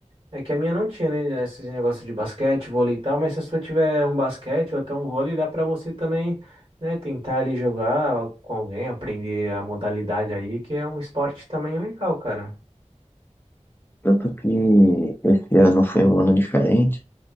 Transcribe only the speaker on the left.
Tanto que esse ano foi um ano diferente,